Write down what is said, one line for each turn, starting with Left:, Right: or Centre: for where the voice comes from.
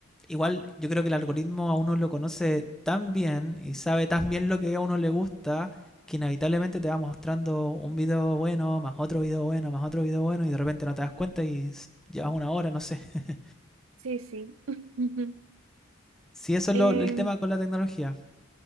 Centre: igual yo creo que el algoritmo a uno lo conoce tan bien y sabe tan bien lo que a uno le gusta que inevitablemente te va mostrando un video bueno, más otro video bueno, más otro video bueno y de repente no te das cuenta y s- llevas una hora, no sé. <laughs>
Right: Sí, sí. <laughs>
Centre: Si eso es
Right: Em,
Centre: lo- el tema con la tecnología.